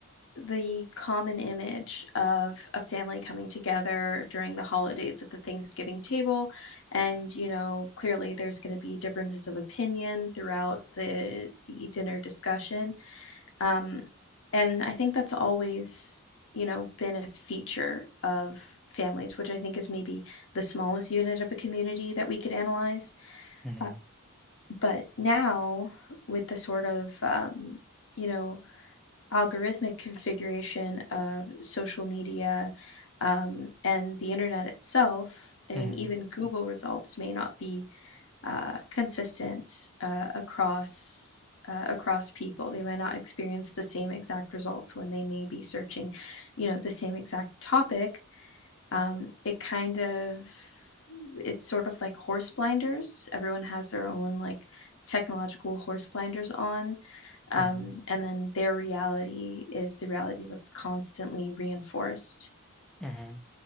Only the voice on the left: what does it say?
the common image of a family coming together during the holidays at the Thanksgiving table. And, you know, clearly there's going to be differences of opinion throughout the, the dinner discussion. Um, and I think that's always, you know, been a feature of families, which I think is maybe the smallest unit of a community that we could analyze.
Uh, but now, with the sort of, um, you know, algorithmic configuration of social media um, and the internet itself, I
mean, even Google results may not be uh, consistent uh, across uh, across people. They might not experience the same exact results when they may be searching, you know, the same exact topic. Um, it kind of it's sort of like horse blinders. Everyone has their own, like, technological horse blinders on, um,
and then their reality is the reality that's constantly reinforced.